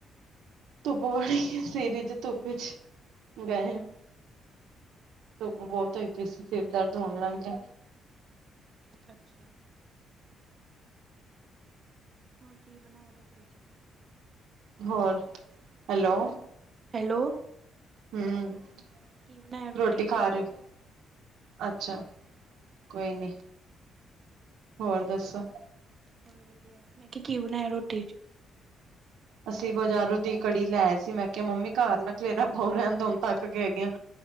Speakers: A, on the right (about 80°); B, on the right (about 25°).
A: ਧੁੱਪ ਵੜੀ ਸੀਰੀ'ਚ, ਧੁੱਪ' ਚ ਗਏ ਆਂ। ਧੁੱਪ ਬਹੁਤ ਹੋਈ ਪਈ ਸੀ ਸਿਰ ਦਰਦ ਹੋਣ ਲੱਗ ਗਿਆ।
B: ਅੱਛਾ। ਹੋਰ ਕੀ ਬਣਾਇਆ ਰੋਟੀ ਚ?
A: ਹੋਰ ਹੈਲੋ?
B: ਹੈਲੋ?
A: ਹੂੰ
B: ਕੀ ਬਣਾਇਆ
A: ਰੋਟੀ
B: ਚ
A: ਖਾ ਰਹੇ ਔ? ਅੱਛਾ, ਕੋਈ ਨੀ ਹੋਰ ਦੱਸੋ?
B: ਹੋਰ ਵਧੀਆ, ਮੈਂ ਕਿਹਾ ਕੀ ਬਣਾਇਆ ਰੋਟੀ ਚ?
A: ਅਸੀਂ ਬਜ਼ਾਰੋਂ ਦੀ ਕੜੀ ਲੈ ਆਏ ਸੀ ਮੈਂ ਕਿਹਾ ਮੰਮੀ ਘਰ
B: ਅੱਛਾ
A: ਨਾ
B: ਅੱਛਾ
A: ਖਲੇਰਾ ਪਾਓ ਰਹਿਣ ਦਿਉ ਹੁਣ ਥੱਕ ਹੈਗੇ ਆ।